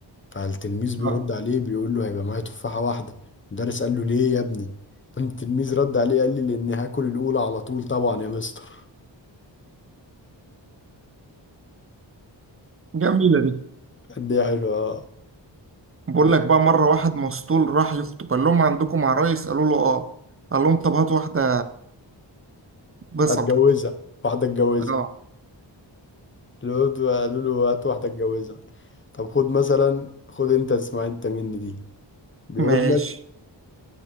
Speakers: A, on the left; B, on the right.
A: فالتلميذ بيرد
B: اه
A: عليه بيقول له هيبقى معايا تفاحة واحدة المدرس قال له ليه يا ابني التلميذ رد عليه قال لي لاني هاكل الاولى على طول طبعا يا مستر
B: جميله دي
A: قد ايه حلوة اه.
B: بقول لك بقى مره واحد مسطول راح يخطب قال لهم عندكم عرايس قالوا له اه قال لهم طب هات واحده بصل
A: هتجوزها واحدة اتجوزها
B: اه
A: لقيت قالوا له هات واحدة اتجوزها طب خد مثلا خد انت اسمع انت مني دي بيقول
B: ماشي
A: لك